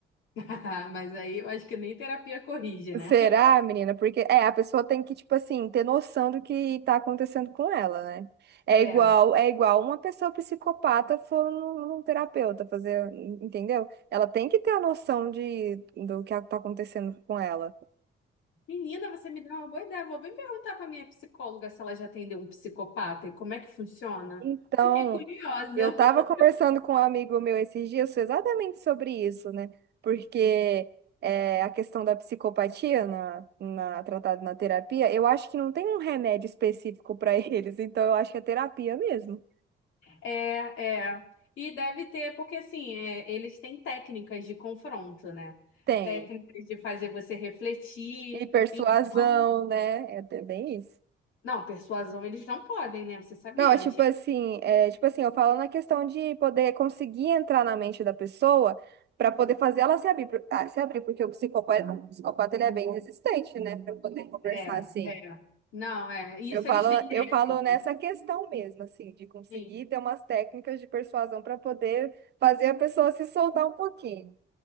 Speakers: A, on the left; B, on the right.
A: <laughs> Mas aí eu acho que nem terapia corrige, né?
B: Será, menina? Porque é, a pessoa tem que, tipo assim, ter noção do que tá acontecendo com ela, né? É
A: É.
B: igual, é igual uma pessoa psicopata for num, num terapeuta fazer, en- entendeu? Ela tem que ter a noção de, do que tá acontecendo com ela.
A: Menina, você me deu uma boa ideia. Vou bem perguntar pra minha psicóloga se ela já atendeu um psicopata e como é que funciona.
B: Então,
A: Fiquei curiosa.
B: eu estava
A: <laughs>
B: conversando com um amigo meu esses dias exatamente sobre isso, né? Porque é, a questão da psicopatia na, na, tratada na terapia, eu acho que não tem um remédio específico para <laughs> eles, então eu acho que é terapia mesmo.
A: É, é. E deve ter, porque assim, é, eles têm técnicas de confronto, né?
B: Tem.
A: Técnicas de fazer você refletir.
B: E persuasão,
A: Então,
B: né? É é bem isso.
A: não, persuasão eles não podem, né? Você sabia
B: Não, é tipo
A: antes?
B: assim, é, tipo assim, eu falo na questão de poder conseguir entrar na mente da pessoa para poder fazer ela se abrir, pro- ah, se abrir, porque o psicopata, o psicopata ele é bem resistente, né, para poder conversar
A: É,
B: assim.
A: é. Não, é. Isso
B: Eu falo,
A: eles têm crédito.
B: eu falo nessa questão mesmo, assim, de conseguir
A: Sim.
B: ter umas técnicas de persuasão para poder fazer a pessoa se soltar um pouquinho